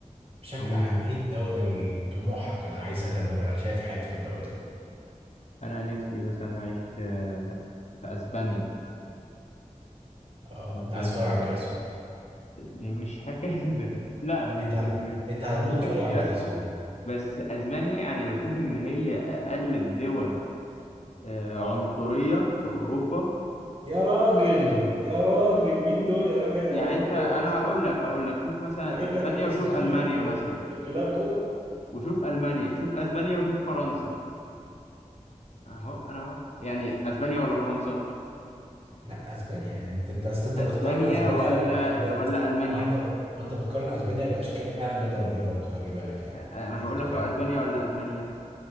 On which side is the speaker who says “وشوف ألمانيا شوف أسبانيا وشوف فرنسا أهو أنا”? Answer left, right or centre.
Left